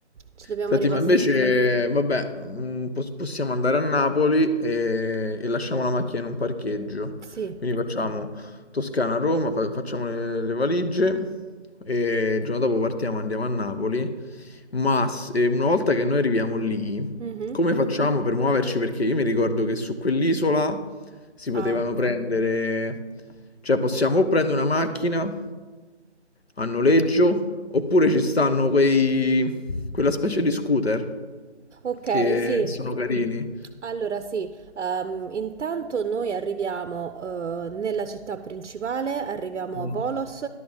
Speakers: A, on the right; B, on the left.
A: Ci dobbiamo
B: Senti,
A: ripassare...
B: ma invece, vabbè, mh, pos- possiamo andare a Napoli e, e lasciamo la macchina in un parcheggio.
A: Sì.
B: Quindi facciamo Toscana-Roma, fa- facciamo le, le valigie e il giorno dopo partiamo, andiamo a Napoli. Ma se- una volta che noi arriviamo lì,
A: Mhm.
B: come facciamo per muoverci? Perché io mi ricordo che su quell'isola si potevano
A: Ah.
B: prendere, cioè possiamo o prendere una macchina a noleggio, oppure ci stanno quei, quella specie di scooter
A: Ok,
B: che
A: sì.
B: sono carini.
A: Allora sì, ehm, intanto noi arriviamo eh, nella città principale, arriviamo
B: Mm,
A: a Volos,